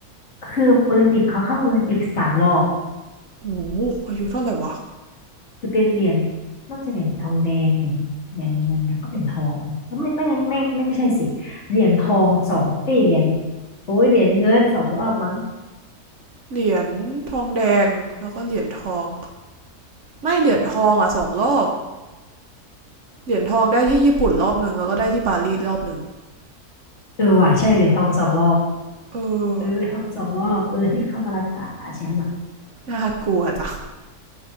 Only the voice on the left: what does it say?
คือโอลิมปิกเขาเข้าโอลิมปิกสามรอบ
จะเป็นเหรียญน่าจะเหรียญทองแดงเหรียญเหรียญเงินแล้วก็เหรียญทองแล้วไม่ไม่ไงไม่ไม่ใช่สิเหรียญทองสองเอ้ยเหรียญโอ้ยเหรียญเงินสองรอบมั้ง
เออว่ะใช่เหรียญทองสองรอบ
เออทองสองรอบเออที่เข้ามารักษาแชมป์อะ